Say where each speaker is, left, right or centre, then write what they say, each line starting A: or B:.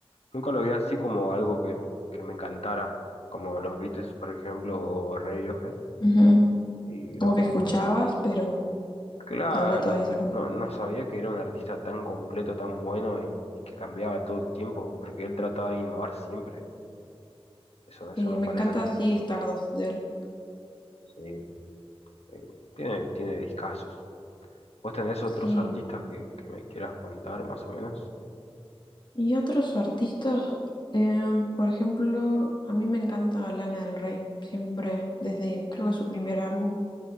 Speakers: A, on the left (about 85°); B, on the left (about 50°).
A: nunca lo vi así como algo que, que me encantara, como los Beatles, por ejemplo, o Radiohead,
B: Ujú.
A: y
B: Como
A: lo pongo.
B: que escuchabas, pero
A: Claro,
B: no había todavía esa conexión.
A: no, no sabía que era un artista tan completo, tan bueno y, y que cambiaba todo el tiempo, porque él trataba de innovar siempre. Eso, eso
B: Sí,
A: me
B: me
A: parece
B: encanta,
A: que lo-
B: sí, Stardust de él.
A: sí, eh, tiene, tiene discazos. ¿Vos tenés otros
B: Sí.
A: artistas que, que me quieras contar más o menos?
B: Y otros artistas, em, por ejemplo, a mí me encanta Lana del Rey, siempre, desde creo que su primer álbum,